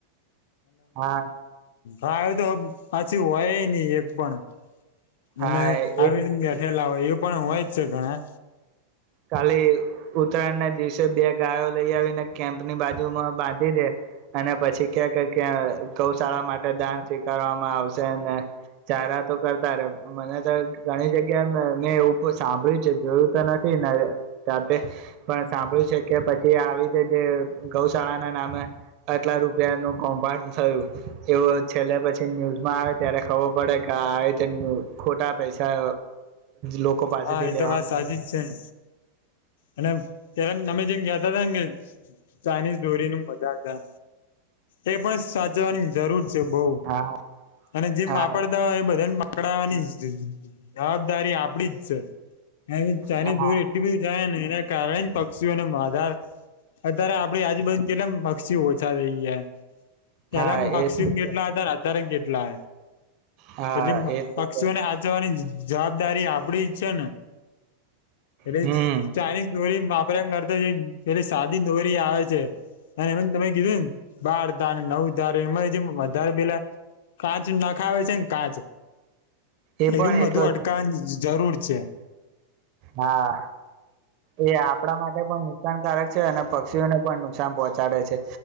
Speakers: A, on the right; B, on the left.
A: હા
B: હ એ તો પછી હોય નહી એક પણ અનેને
A: હા
B: આવી
A: એ
B: બેઠેલા હોય એ પણ હોય જ છે ઘણા.
A: કાલી ઉતરાયણ ના દિવસે બે ગાયો લઈ આવીને કેમ્પ ની બાજુમાં બા અને પછી, ક્યાંક ક ગૌશાળા માટે દાન સ્વીકારવામાં આવશે અને ચારા તો કરતા રે મને તો ઘણી જગ્યા મેં એવું સાંભળ્યું છે જોયું તો નથી. જાતે પણ સાંભળ્યું છે કે પછી આવી રીતે જે ગૌશાળા ના નામે આટલા રૂપિયાનું કમ્ભાંડ થયું, એવું છેલ્લે પછી ન્યૂઝમાં આવે ત્યારે ખબર પડે કે આવી રીતે ખોટા પૈસા લોકો પાસેથી
B: હા એ
A: લેવા
B: તો વાત
A: માંગે
B: સાચી જ છે ને અને પ અમે જેમ કતા હતા ને કે ચાાઈનીઝ દોરીનું મજા હતા, એ પણ સાચવાની જરૂર છે. બઉ,
A: હા
B: અને જેમ
A: હા
B: વાપરતા હોય એ બધા પકડાવાની જવાબદારી આપડી જ છે. હ ચાઈનિઝ
A: હા
B: દોરી એટ બી જાયને એને કારણે જ પક્ષીઓ ન આધાર અત્યારે આપડી આજુબાજુ કેટલે પક્ષીઓ ઓછા થઈ જયા
A: હા
B: પેલા પક્ષી
A: એ તો
B: કેટલા
A: છે
B: હતાાર અતારે કેટલા
A: હા
B: એટલી
A: એ તો
B: પક્ષીઓને
A: છે
B: હાચવાની જ જવાબદારી આપડી જ છે ને એટલે
A: હમ
B: ચાઇનીઝ દોરી વાપરયા કરતા જે પેલી સાદી દોરી આવે છે અને એ તમે કીધું ને બાર તાર નવ ધાર એમાં જેમ વધારે પેલા કાચ નાખાવે છે ને કાચ
A: એ
B: એરું
A: પણ
B: બધું
A: એટલો
B: અડકાન
A: જ
B: જરૂર છે છેે
A: હા એ આપણા માટે પણ નુકસાનકારક છે અને પક્ષીઓને પણ નુકસાન પહોંચાડે છે